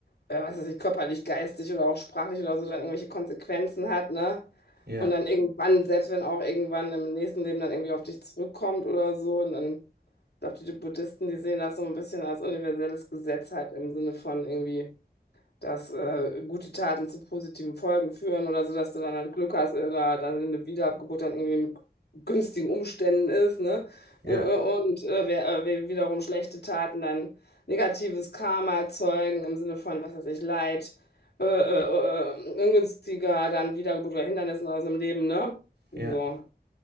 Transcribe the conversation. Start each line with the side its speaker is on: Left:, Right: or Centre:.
Left: äh, was weiß ich, körperlich, geistig oder auch sprachlich oder so, dann irgendwelche Konsequenzen hat, ne?
Right: Ja,
Left: Und dann irgendwann, selbst wenn auch irgendwann im nächsten Leben dann irgendwie auf dich zurückkommt oder so. Und dann, ich glaube, die Buddhisten, die sehen das so ein bisschen als universelles Gesetz halt im Sinne von irgendwie dass äh, gute Taten zu positiven Folgen führen oder so, dass du dann halt Glück hast, äh, da dann eine Wiedergeburt dann irgendwie mit günstigen Umständen ist, ne?
Right: ja,
Left: Äh, äh, Und äh, wer, äh, wer wiederum schlechte Taten dann negatives Karma erzeugen im Sinne von, was weiß ich, Leid, äh, äh, äh, äh, ungünstiger dann Wiedergeburt oder Hindernissen aus dem Leben, ne? So.
Right: ja,